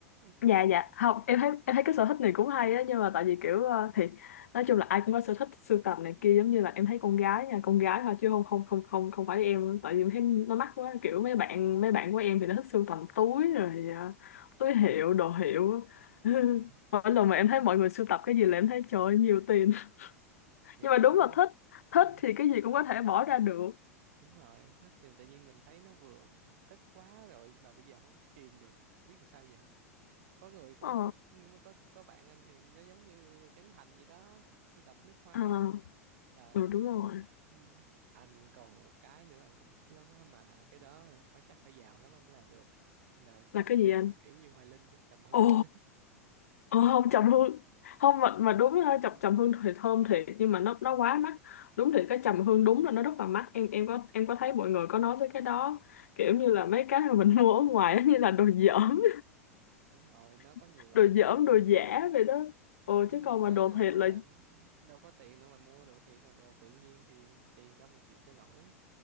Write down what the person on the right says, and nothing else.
<laughs>
ừ,
thì
đó
đúng
ừ,
đúng rồi thích thì tự nhiên mình thấy nó vừa thích quá rồi mà bây giờ không kìm được biết làm sao giờ có người cũng
thích mới có có bạn anh thì nó giống như Trấn Thành gì đó thích sưu tập nước hoa
trời
ừ. anh còn một cái nữa anh cũng thích lắm á mà cái đó phải chắc phải giàu lắm anh mới làm được là trầm
hương
kiểu như Hoài Linh á, trầm hương
<laughs>
đúng rồi nó có
nhiều loại
lắm
ừ.
có
những
cái
họ
làm đâu có tiền đâu mà mua đồ thiệt mà đồ tự nhiên thì tiền đâu mà chịu cho nổi